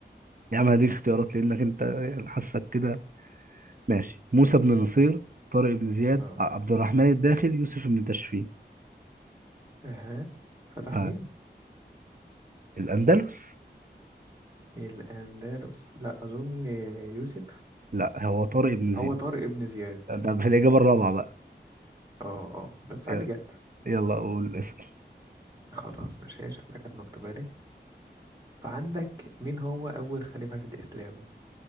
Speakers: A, on the right; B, on the right.
A: يا عم هديك اختيارات لأنك أنت يعني حاسك كده ماشي موسى بن نصير طارق بن زياد
B: اه
A: ع- عبد الرحمن الداخل يوسف بن تاشفين
B: اها فتح
A: آه.
B: مين
A: الأندلس
B: الأندلس لا أظن يوسف
A: لا هو طارق بن زياد
B: هو طارق ابن زياد
A: ده الإجابة الرابعة بقى
B: اه اه بس
A: يلا
B: علي جت
A: يلا أقول اسم
B: خلاص ماشي هي شكلها كانت مكتوبة لي فعندك مين هو أول خليفة في الإسلام